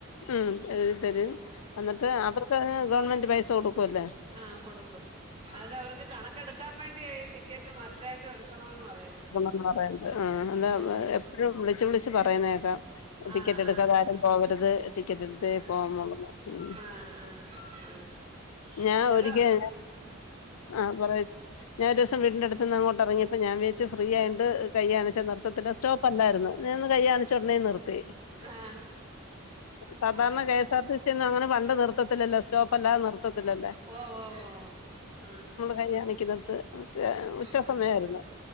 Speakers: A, on the left (about 80°); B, on the right (about 25°).
A: ഉം ഇത് തരും എന്നിട്ട് അവർക്ക് ഗവൺമെന്റ് പൈസ കൊടുക്കുംല്ലേ
B: ആഹ കൊടുക്കും അതിൽ അവർക്ക് കണക്കെടുക്കാൻ വേണ്ടിയായി ടിക്കറ്റ് മസ്റ്റായിട്ടും എടുക്കണന്ന് പറയുന്നത്
A: പറത് ആ എന്താ
B: ഉം.
A: എപ്പോഴും വിളിച്ചച്ച് വിളിച്ച് പറയുന്നതേക്കാം
B: ആ
A: ടിക്കറ്റ് എടുക്കാത
B: ആ
A: ആാരും പോവരുത് ടിക്കറ്റ് എടുത്ത്
B: ആ
A: പോവാന്ന ഉ
B: ആ ആ ആ ആ.
A: ഞാൻ
B: അന്നേരം
A: ഒരിക്കഞ ആ പറയ ഞാൻ ദിവസ വീടിൻന്റെ അടു നിന്ന് അങ്ങോട്ട ഇറങ്ങിയപ്പോ ഞാൻ വെച്ച് ഫ്രീയിട്ടണ്ട് കൈ്യണിച്ച നൃത്തത്തിത്തില് 'സോറ്റപ്പ് അല്ലാർന്നു ഞാൻ കൈ കാണിച്ചെ ഉടനെ നിർത്തി
B: ആ
A: സധാരണ
B: ആ
A: ഞാൻ എസ് ആർ ടി സിന്നും അങ്ങനെ പണ്ട നിർത്തത്തില്ലോ സ്റ്റോപ്പ അല്ലാതെ നിർത്തത്തില്ലല്ലോ
B: ഓ ഓ ഓ ആഹ
A: കൈയാണിക്കുന്നിത്ത് മറ്റേ ഉച്ചസമയായിരുന്നു
B: ആ